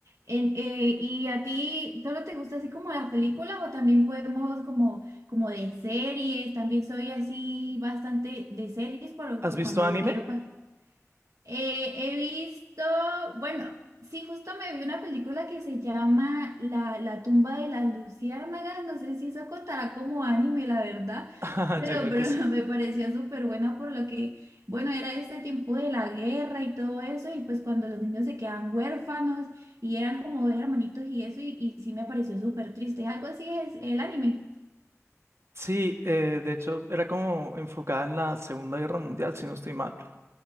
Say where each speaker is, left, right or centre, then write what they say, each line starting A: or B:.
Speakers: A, on the right (about 75°); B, on the right (about 55°).
A: En- eh, ¿y a ti solo te gusta así como las películas o también podemos como, como de series? También soy así bastante de series por,
B: ¿Has
A: por
B: visto
A: cuando
B: anime?
A: quiero pa. Eh, he visto, bueno, sí, justo me vi una película que se llama La, la tumba de las luciérnagas, no sé si eso contará como anime, la verdad,
B: <laughs>
A: pero,
B: Yo creo
A: pero
B: que sí.
A: <laughs> me pareció súper buena por lo que, bueno, era este tiempo de la guerra y todo eso, y pues cuando los niños se quedan huérfanos y eran como dos hermanitos y eso, y, y sí me pareció súper triste, algo así es el anime.
B: Sí, eh, de hecho era como enfocada en la Segunda Guerra Mundial, si no estoy mal.